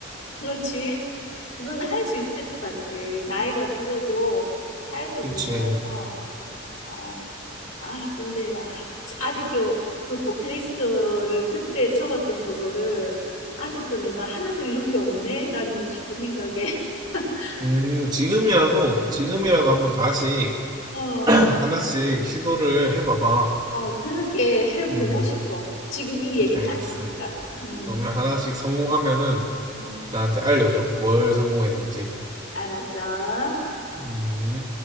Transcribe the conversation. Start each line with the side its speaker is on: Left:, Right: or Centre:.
Left: 그렇지. 그건 할 수 있을 것 같아. 나이가 들어도 할 수
Right: 그치.
Left: 있는 거라서. 어. 아, 근데 아, 아직도 그 버킷리스트를 그때 적었던 그거를 아직도 내가 하나도 이런 게 없네라는 싶은 생각에 <laughs>
Right: 음,
Left: 좀 슬프네.
Right: 지금이라도, 지금이라도 한번 다시
Left: 어, 어,
Right: 하나씩 시도를 해봐봐.
Left: 어, 그렇게 <laughs>
Right: 음,
Left: 해보고 싶어. 지금 이 얘기를
Right: 알겠어.
Left: 나누니까. 음,
Right: 그러면 하나씩 성공하면은
Left: 음,
Right: 나한테 알려줘. 뭘 성공했는지.
Left: 알았어.
Right: 음.